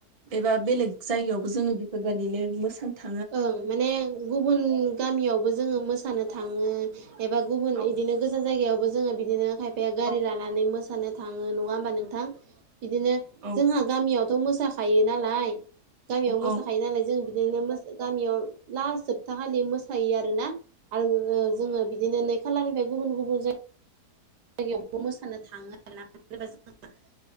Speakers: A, on the right; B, on the right.
A: एबा बेलेग जायगायावबो जोङो बेफोरबायदिनो मोसानो था
B: ओं माने गुबुन गामियावबो जोङो मोसानो थाङो एबा गुबुन
A: औ
B: इदिनो गोजान जायगायावबो जोङो बिदिनो खायफाया गारि
A: औ
B: लानानै मोसानो थाङो नङा होमबा नोंथां बिदिनो
A: औ
B: जोंहा गामियावथ' मोसाखायो नालाय गामियाव मोसाखायो
A: औ
B: नालाय जों बिदिनो मो गामियाव लास जोबथा खाालि मोसायो आरोना। आरो जोङो बिदिनो नै खालारनिफ्राय गुबुन गुबुन जाय जायगायावबो मोसानो थांङो आरोना। <unintelligible>